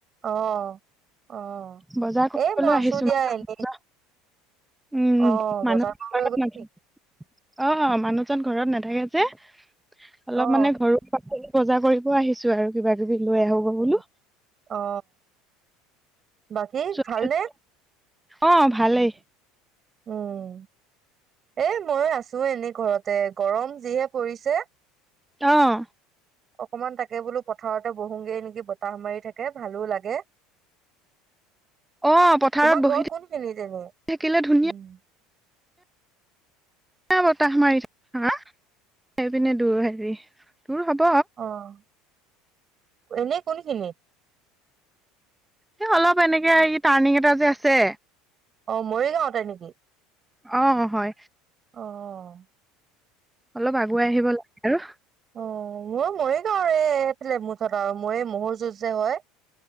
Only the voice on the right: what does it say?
অ', অ'
এ মই আছো
দিয়া
এনেই।
অ
বজাৰ কৰিবলৈ
গল
অ
উম
উম
অ বাকী
ভালনে?
উম, উম। এ মইয়ো আছো এনেই ঘৰতে গৰম যিহে পৰিছে।
অকমান তাকে বোলো পথাৰতে বহুগে নেকি, বতাহ মাৰি থাকে ভালো লাগে।
তোমাৰ
ঘৰ কোনখিনিত এনে?
উম
আহ, এনে কোনখিনিত?
অহ মৰিগাঁৱতে নেকি?
অহ।
অ মোৰ মৰিগাঁওৰে এফালে মুঠত আও মোৰ এই মহৰ যুঁজ যে হয়।